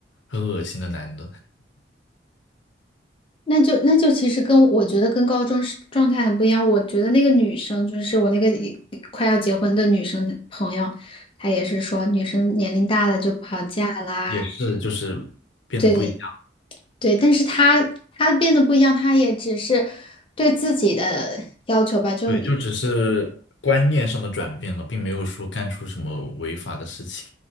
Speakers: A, on the left; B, on the left.
A: 很恶心的男的，
B: 那就那就其实跟我觉得跟高中是状态很不一样。我觉得那个女生就是我那个一快要结婚的女生朋友，她也是说女生年龄大了就不好嫁啦。
A: 也是就是变得不一样，
B: 对对，但是他他变得不一样，他也只是对自己的要求吧，就
A: 对，就只是观念上的转变了，并没有说干出什么违法的事情，